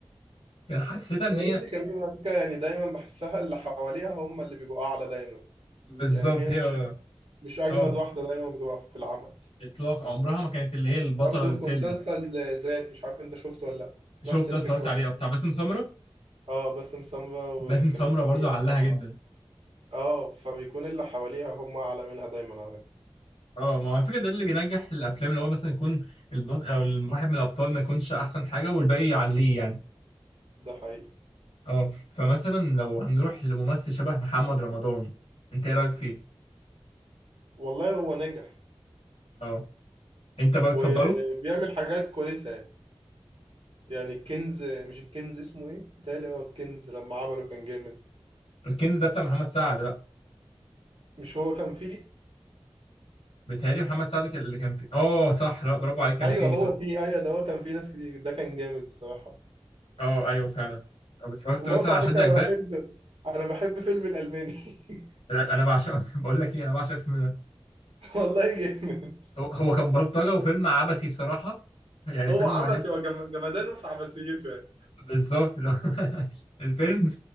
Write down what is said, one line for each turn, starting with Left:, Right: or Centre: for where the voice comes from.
Left: كان حسيتها إن
Right: يعني
Left: هي
Right: اللي كريم على فكرة يعني دايما بحسها اللي حواليها هم اللي بيبقوا أعلى دايما
Left: بالظبط
Right: يعني هي
Left: هي
Right: مش مش أجمد
Left: اه
Right: واحدة دايما بتبقى في العمل
Left: اطلاق عمرها ما كانت اللي هي البطله
Right: برضه
Left: للفيلم
Right: في مسلسل ذات مش عارف أنت شفته ولا لأ
Left: شوف
Right: نفس
Left: ده
Right: الفكرة
Left: اتفرجت عليه
Right: برضه.
Left: بتاع باسم سمره
Right: اه باسم سمرة وكان
Left: باسم سمره
Right: اسمها
Left: برضو
Right: إيه
Left: علها
Right: أمها
Left: جدا
Right: اه فبيكون اللي حواليها هم أعلى منها دايما على فكرة
Left: اه ما هو على فكره ده اللي بينجح الافلام اللي هو مثلا يكون البطل او الواحد من الابطال ما يكونش احسن حاجه والباقي يعليه يعني
Right: ده حقيقي
Left: اه فمثلا لو هنروح لممثل شبه محمد رمضان انت ايه رايك فيه
Right: والله هو نجح
Left: اه انت بقى
Right: وبيعمل
Left: بتفضله
Right: حاجات كويسة يعني يعني الكنز مش الكنز اسمه ايه؟ بيتهيألي هو الكنز لما عمله كان جامد
Left: الكنز ده بتاع محمد سعد لا
Right: مش هو كان فيه؟
Left: بيتهيألي محمد سعد كان- اللي كان فيه اه صح لا برافو عليك كان
Right: ايوه
Left: فيه
Right: هو
Left: صح
Right: فيه ايوه ده هو كان فيه ناس كتير ده كان جامد الصراحة
Left: اه ايوه فعلا طب اتفرجت
Right: وبرضه
Left: مثلا على
Right: على
Left: شد
Right: فكرة
Left: اجزاء
Right: انا بحب انا بحب فيلم الألماني <laughs>
Left: لا، انا بعشق <laughs> بقول لك ايه انا بعشق الفيلم ده
Right: والله جامد
Left: هو هو كان بلطجة وفيلم عبثي بصراحة <laughs> يعني
Right: هو
Left: فيلم
Right: عبثي
Left: مليان
Right: هو جم- جمدانه في عبثيته يعني
Left: بالظبط اللي هو <laughs> الفيلم